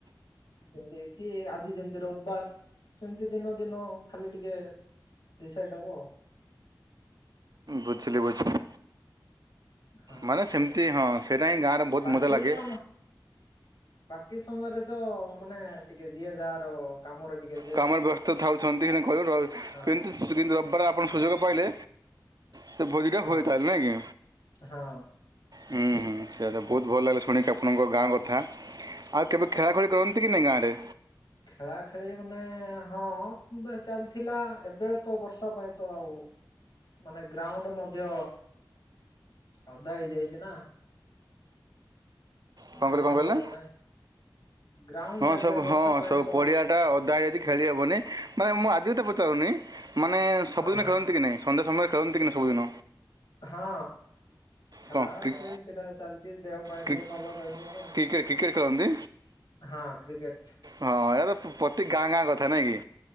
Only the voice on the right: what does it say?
ବୁଝିଲି ବୁଝିଲି
ମାନେ ସେମିତି ହଁ ସେଇଟା ହିଁ ଗାଁରେ ବହୁତ
ମଜା ଲାଗେ।
କାମରେ ବ୍ୟସ୍ତ ଥାଉଛନ୍ତି ହେଲେ କହିବ
କିନ୍ତୁ। ସେ ଦିନି ରବିବାର ଆପଣ ସୁଯଗ ପାଇଲେ ସେ ଭୋଜିଟା
<unintelligible> ନାଁ କି।
ହୁଁ ହୁଁ ସେଇଆତ ବହୁତ ଭଲ ଲାଗିଲା ଶୁଣିକି ଆପଣଙ୍କ ଗାଁ କଥା। ଆଉ କେବେ ଖେଳା ଖେଳି କରନ୍ତି କି ନାଇଁ ଗାଁ ରେ
କ'ଣ କହିଲେ କ'ଣ
କହିଲେ
ହଁ
ସବୁ
ହଁ
ସବୁ
ପରଡିିଆଟା
ଓଦା
ହେଇଯାଇଚି। ଖେଳି ହେବନି ମାନେ ମୁଁ ଆଜି କଥା ପଚାରୁନି ମାନେ ସବୁଦିନେ
ଖେଳନ୍ତିକି ନାଇଁ। ସଣ୍ଡେ ସମୟରେ ଖେଳନ୍ତିକି ସବୁଦିନ।
କ'ଣ କ୍ରି-
କ୍ରି-
କ୍ରିକେଟ୍ କ୍ରିକେଟ୍ ଖେଳନ୍ତି
ହଁ ଏ ତ ପ୍ରତି ଗାଁ ଗାଁ କଥା ନାଁକି।